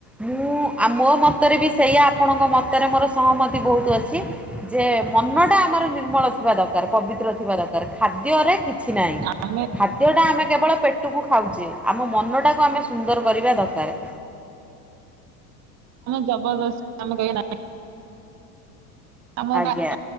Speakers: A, in the centre; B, on the right (about 35°).
A: ମୁଁ ମୋ ମତରେ ବି ସେଇଆ ଆପଣଙ୍କ ମତରେ ମୋର ସହମତି ବହୁତ ଅଛି। ଯେ ମନ ଟା ଆମର ନିର୍ମଳ ଥିବା ଦରକାର। ପବିତ୍ର ଥିବା ଦରକାର। ଖାଦ୍ୟରେ କିଛି ନାହିଁ।
B: ଆମେ
A: ଖାଦ୍ୟଟା ଆମେ କେବଳ ପେଟକୁ ଖାଉଚେ। ଆମ ମନଟା ତାାକୁ ଆମେ ସୁନ୍ଦର କରିବା ଦରକାରେ।
B: ଜବର ଦସ୍ତି ଆମେ କହିବା ଆମ <unintelligible>
A: ଆଜ୍ଞା